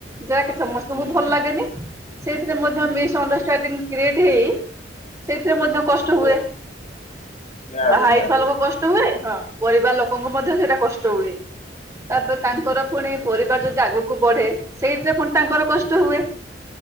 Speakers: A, on the right; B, on the left.
A: ଯାଆକେ ସମ ତଙ୍କୁ
B: ହୁଁ ହୁଁ
A: ଭଲ
B: ହୁଁ
A: ଲାଗେନି ସେଇଥିରେ ମଧ୍ୟ
B: ହୁଁ ହୁଁ
A: ମିସ୍-ଅଣ୍ଡରଷ୍ଟାଣ୍ଡିଂ କ୍ରିଏଟ ହେଇ ସେଇଥିରେ ମଧ୍ୟ
B: ନିଶ୍ଚିତ
A: କଷ୍ଟ ହୁଏ
B: ନିହାତି
A: ବାହା
B: ନିହାତି
A: ହେଇଥିବା
B: ହୁଁ
A: ଲୋକ କଷ୍ଟ ହୁଏ। ହଁ ପରିବାର ଲୋକଙ୍କୁ ମଧ୍ୟ ସେଇଟା କଷ୍ଟ ହୁଏ। ତାପରେ ତାଙ୍କର
B: ହୁଁ ହୁଁ
A: ପୁଣି ପରିବାର ଯଦି ଆଗକୁ ବଢେ ସେଇଥିରେ ପୁଣି ତାଙ୍କର କଷ୍ଟ ହୁଏ।